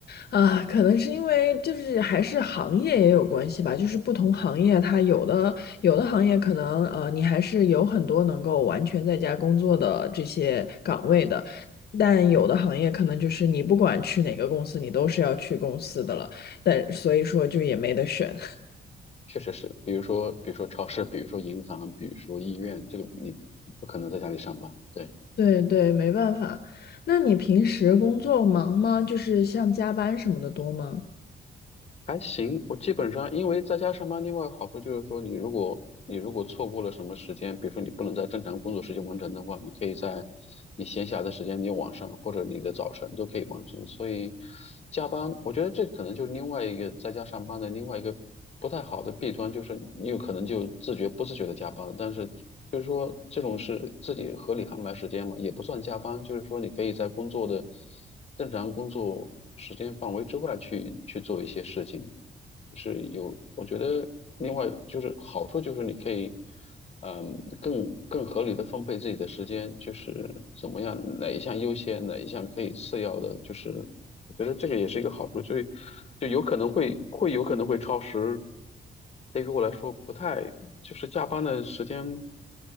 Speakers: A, on the left; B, on the left.
A: 啊，可能是因为就是还是行业也有关系吧，就是不同行业它有的有的行业可能呃你还是有很多能够完全在家工作的这些岗位的，但有的行业可能就是你不管去哪个公司，你都是要去公司的了，但所以说就也没得选。
B: 确实是，比如说比如说超市，比如说银行，比如说医院，这个你不可能在家里上班，对。
A: <laughs> 对对，没办法。那你平时工作忙吗？就是像加班什么的多吗？
B: 还行，我基本上因为在家上班，另外好处就是说，你如果你如果错过了什么时间，比如说你不能在正常工作时间完成的话，你可以在你闲暇的时间，你晚上或者你的早晨都可以完成。所以加班，我觉得这可能就是另外一个在家上班的另外一个不太好的弊端，就是你有可能就自觉不自觉的加班了，但是就是说这种是自己合理安排时间嘛，也不算加班，就是说你可以在工作的。正常工作时间范围之外去去做一些事情，就是有，我觉得另外就是好处就是你可以，嗯，更更合理的分配自己的时间，就是怎么样哪一项优先，哪一项可以次要的，就是我觉得这个也是一个好处，所以就有可能会会有可能会超时，对于我来说不太就是加班的时间